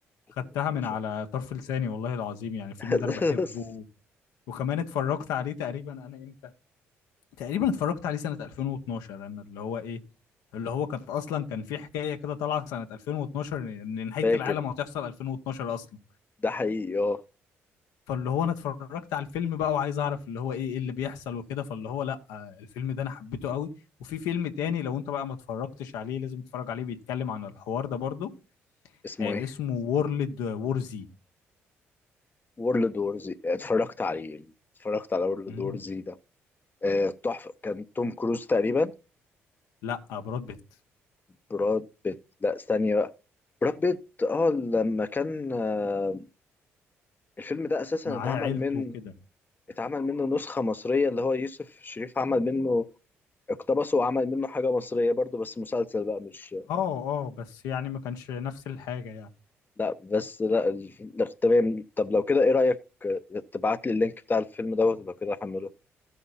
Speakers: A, on the left (about 30°); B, on the left (about 75°).
A: 2012
B: خدتها من على طرف لساني والله العظيم يعني الفيلم
A: <laughs>
B: ده انا بحبه وكمان اتفرجت عليه تقريبا انا امتى تقريبا اتفرجت عليه سنه 2012 انا اللي هو ايه اللي هو كانت اصلا كان في حكايه كده طالعه سنه 2012 ان إن نهايه
A: فاكر
B: العالم هتحصل 2012 اصلا
A: ده حقيقي اه
B: فاللي هو انا اتفرجت على الفيلم بقى وعايز اعرف اللي هو ايه ايه اللي بيحصل وكده فاللي هو لا آه، الفيلم ده انا حبيته قوي وفي فيلم تاني لو انت بقى ما اتفرجتش عليه لازم تتفرج عليه بيتكلم عن الحوار ده برضو
A: اسمه
B: آه،
A: ايه
B: اسمه وورلد وور زي
A: وورلد وورز اتفرجت عليه اتفرجت على وورلد
B: مم.
A: وورز ده آه، تحفه كان توم كروز تقريبا
B: لا براد بيت
A: براد بيت لا استني بقى براد بيت اه لما كان آه، الفيلم ده اساسا
B: معاه
A: اتعمل
B: عيلته
A: من
B: وكده
A: اتعمل منه نسخة مصرية اللي هو يوسف شريف عمل منه اقتبسه وعمل منه حاجة مصرية برضه بس مسلسل بقى مش
B: اه اه بس يعني ما كانش نفس الحاجة يعني
A: لا بس لا ال- لا، تمام طب لو كده ايه رأيك تبعت لي اللينك بتاع الفيلم دوت لو كده احمله